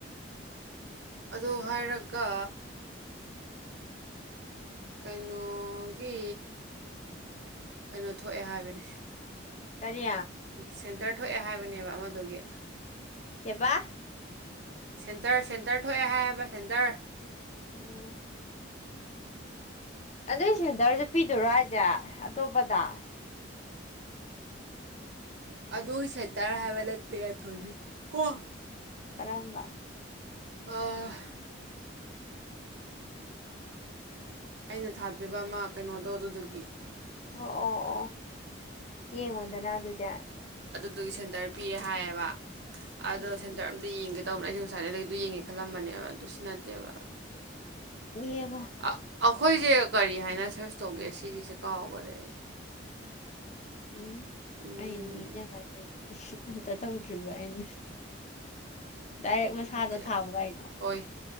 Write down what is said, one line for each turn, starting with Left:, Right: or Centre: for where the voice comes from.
Right: ꯑꯗꯨ ꯍꯥꯏꯔꯒ ꯀꯩꯅꯣꯒꯤ ꯀꯩꯅꯣ ꯊꯣꯛꯑꯦ ꯍꯥꯏꯕꯅꯤ
Left: ꯀꯔꯤ
Right: ꯁꯦꯟꯇꯔ ꯊꯣꯛꯑꯦ ꯍꯥꯏꯕꯅꯦꯕ ꯑꯃꯗꯨꯒꯤ
Left: ꯀꯩꯕꯥ
Right: ꯁꯦꯟꯇꯔ ꯁꯦꯟꯇꯔ ꯊꯣꯛꯑꯦ ꯍꯥꯏꯌꯦꯕ ꯁꯦꯟꯇꯔ
Left: ꯎꯝ ꯑꯗꯨꯏ ꯁꯦꯟꯇꯔ ꯍꯥꯞꯄꯤꯗꯨꯔꯣ ꯑꯩꯁꯦ ꯇꯣꯕꯗꯥꯥ
Right: ꯑꯗꯨꯒꯤ ꯁꯦꯇꯔ ꯍꯥꯏꯕ ꯅꯠꯇꯦ ꯉꯥꯟꯊꯣꯏꯕꯤ ꯀꯣ
Left: ꯀꯔꯝꯕ
Right: ꯑ ꯑꯩꯅ ꯊꯥꯗꯣꯏꯕ ꯑꯃ ꯀꯩꯅꯣꯗꯣ ꯑꯗꯨꯗꯨꯒꯤ
Left: ꯑꯣ ꯑꯣ ꯑꯣ ꯌꯦꯡꯉꯣꯗꯅ ꯑꯗꯨꯗꯤ
Right: ꯑꯗꯨꯒꯤ ꯁꯦꯟꯇꯔ ꯄꯤꯔꯦ ꯍꯥꯏꯌꯦꯕ ꯑꯗꯣ
Left: ꯎꯝ
Right: ꯁꯦꯟꯇꯔ ꯑꯃꯠꯇ ꯌꯦꯡ ꯇꯧ ꯑꯩꯁꯨ ꯉꯥꯁꯥꯏꯗꯩ ꯑꯗꯨ ꯌꯦꯡꯉꯦ ꯈꯜꯂꯝꯕꯅꯦꯕ ꯑꯗꯨ ꯁꯤ ꯅꯠꯇꯦꯕ
Left: ꯌꯦꯡꯉꯣ
Right: ꯑ- ꯑꯩꯈꯣꯏꯁꯦ ꯀꯔꯤ ꯍꯥꯏꯅ ꯁꯔꯁ ꯇꯧꯒꯦ ꯁꯤꯒꯤꯁꯦ ꯀꯥꯎꯈꯔꯦ ꯑꯩ
Left: ꯎꯝ
Right: ꯎꯝ
Left: ꯑꯩꯅ ꯅꯤꯡꯖꯪꯉꯅꯤ ꯑꯁ ꯑꯝꯇ ꯇꯧꯗ꯭ꯔꯤꯕ ꯑꯩꯅ ꯗꯥꯏꯔꯦꯛ ꯃꯁꯥꯗ
Right: ꯅꯠꯇꯦ
Left: ꯊꯥꯕ ꯀꯥꯏꯅꯣ
Right: ꯍꯣꯏ